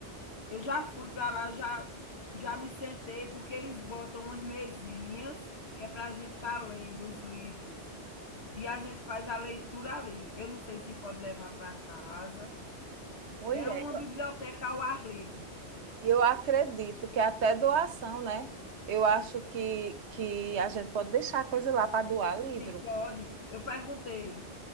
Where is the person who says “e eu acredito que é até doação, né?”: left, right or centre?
Right